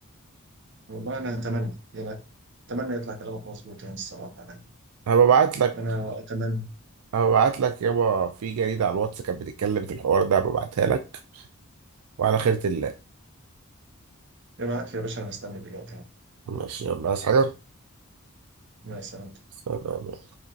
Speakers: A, on the right; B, on the right.
A: والله انا اتمنى يعني اتمنى يطلع كلامك مظبوط يعني الصراحه يعني
B: هببعت لك
A: انا اتمنى
B: هببعت لك يابا في جريدة على الواتس كانت بتتكلم في الحوار ده هببعتها لك وعلى خيرة الله
A: ابعت لي يا باشا انا مستني دلوقتي يعني
B: ماشي يلا عايز حاجة
A: مع السلامه
B: سلام